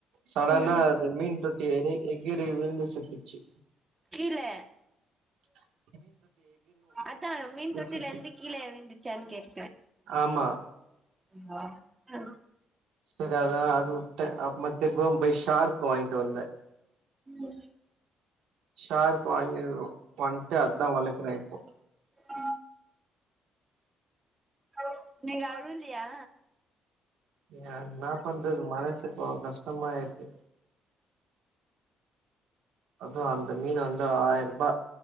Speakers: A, on the right (about 85°); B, on the right (about 25°).
A: சடனா
B: ம்
A: இந்த மீன் தொட்டி ஏறி எகிறி விழுந்து செத்துருச்சு
B: கீல
A: அ <inaudible>
B: அதான் மீன் தொட்டில
A: செத்து
B: இருந்து கீழே விழுந்துச்சானு கேக்குறேன்
A: ஆமா
B: ம் அ ம்
A: சேரி அதான் அது விட்டேன் அப்ப மா திரும்ப போய் ஷார்க் வாங்கிட்டு வந்தேன்
B: உம்
A: ஷார்க் வாங்கி வந்துட்டு அதுதான் வளக்குறேன் இப்போ
B: ஆ ஹலோ இன்னைக்கு அழுவலையா
A: ஏ என்ன பண்றது மனசு இப்போ கஷ்டமா இருக்கு அதான் அந்த மீன் வந்து ஆயிரம் ரூபா